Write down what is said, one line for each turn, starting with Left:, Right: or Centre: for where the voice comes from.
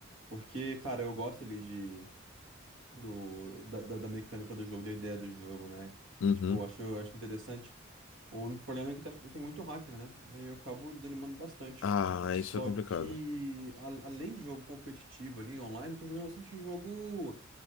Right: porque, cara, eu gosto ali de do, da, da da mecânica do jogo, da ideia do jogo, né?
Left: Uhum.
Right: Tipo, eu acho, eu acho interessante. O único problema é que tá- tem muito hacker, né? Aí eu acabo desanimando bastante.
Left: Ah,
Right: Só
Left: isso é complicado.
Right: que, a- além de jogo competitivo ali, online, eu tô jogando bastante jogo.